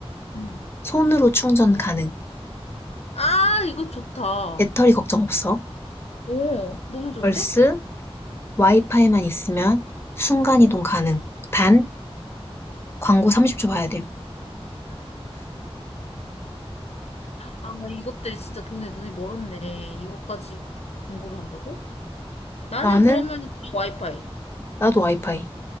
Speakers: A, on the left (about 80°); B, on the left (about 25°).
A: 음.
B: 손으로 충전 가능.
A: 아, 이거 좋다.
B: 배터리 걱정 없어.
A: 오, 너무 좋은데?
B: 얼스 와이파이만 있으면 순간이동
A: 어.
B: 가능. 단 광고 30초 봐야 됨.
A: 아, 이것들 진짜 돈에 눈이 멀었네. 이것까지 광고를 한다고? 나는
B: 나는
A: 그러면 그냥 와이파이.
B: 나도 와이파이.